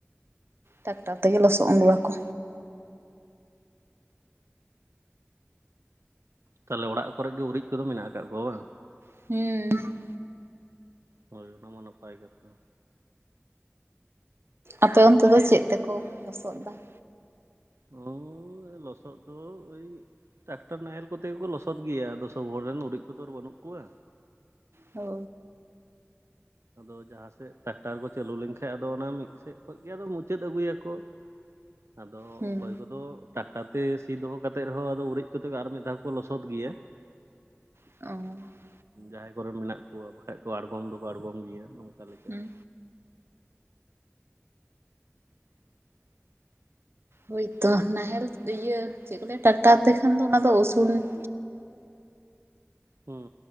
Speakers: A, on the right; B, on the right.
A: ᱴᱮᱠᱴᱟᱨ ᱛᱮᱜᱮ ᱞᱚᱥᱚᱫ <unintelligible> ᱟᱹᱜᱞᱟᱠᱚ
B: ᱛᱟᱦᱚᱞᱮ ᱚᱲᱟᱜ ᱠᱚᱨᱮᱜ ᱜᱮ ᱜᱩᱨᱤᱡ ᱠᱚᱫᱚ ᱢᱮᱱᱟᱜ ᱟᱠᱟᱫ ᱠᱚᱣᱟ ᱵᱟᱝ
A: <unintelligible>
B: ᱦᱳᱭ ᱚᱱᱟ ᱢᱟ ᱱᱟᱯᱟᱭ ᱠᱟᱛᱷᱟ
A: ᱟᱯᱮ ᱚᱱᱛᱮ ᱫᱚ ᱪᱮᱫ ᱛᱮᱠᱚ <unintelligible>
B: ᱱᱚ ᱞᱚᱥᱚᱫ ᱫᱚ ᱳᱭ ᱴᱨᱟᱠᱴᱟᱨ ᱱᱟᱦᱮᱞ ᱠᱚᱛᱮ ᱜᱮᱠᱚ ᱞᱚᱥᱚᱫ ᱜᱮᱭᱟ ᱟᱫᱚ ᱥᱚᱵ ᱦᱚᱲ ᱨᱮᱱ ᱩᱨᱤᱡ ᱠᱚᱫᱚ ᱟᱨ ᱵᱟᱹᱱᱩᱜ ᱠᱚᱣᱟ
A: ᱦᱳ
B: ᱟᱫᱚ ᱡᱟᱦᱟᱸ ᱥᱮᱫ ᱴᱨᱟᱠᱴᱟᱨ ᱠᱚ ᱪᱟᱹᱞᱩ ᱞᱮᱱᱠᱟᱱᱡ ᱟᱫᱚ ᱚᱱᱟ ᱢᱤᱫ ᱥᱮᱫ ᱠᱷᱚᱱ ᱜᱮ ᱟᱫᱚ ᱢᱩᱪᱟᱹᱫ ᱟᱹᱜᱩᱭᱟᱠᱚ ᱟᱫᱚ
A: ᱦᱩᱸ
B: ᱚᱠᱚᱭ ᱠᱚᱫᱚ ᱴᱟᱠᱴᱟᱨ ᱛᱮ ᱥᱤ ᱫᱚᱦᱚ ᱠᱟ ᱠᱟᱛ ᱮᱫ ᱨᱮᱦᱚᱸ ᱟᱫᱚ ᱩᱨᱤᱡ ᱠᱟᱛᱮ ᱟᱨ ᱢᱤᱫ ᱫᱷᱟᱣ ᱠᱚ ᱞᱚᱥᱚᱫ ᱜᱮᱭᱟ
A: <inaudible>
B: ᱡᱟᱦᱟᱸᱭ ᱠᱚᱨᱮ ᱢᱮᱱᱟᱜ ᱠᱚᱣᱟ ᱵᱟᱠᱷᱟᱡ ᱫᱚ ᱟᱬᱜᱚᱢ ᱫᱚᱠᱚ ᱟᱲᱜᱚᱢ ᱜᱮᱭᱟ ᱱᱚᱝᱠᱟ ᱞᱮᱠᱟ
A: ᱦᱩᱸ
B: <inaudible>
A: ᱦᱳᱭᱛᱚ ᱱᱟᱦᱮᱞ ᱤᱭᱟᱹ ᱪᱮᱫ ᱠᱚ ᱞᱟᱹᱭᱟ ᱴᱟᱠᱴᱟᱨ ᱛᱮ ᱠᱷᱟᱱ ᱫᱚ ᱚᱱᱟᱫᱚ ᱩᱥᱩᱞ <inaudible>
B: ᱦᱩᱸ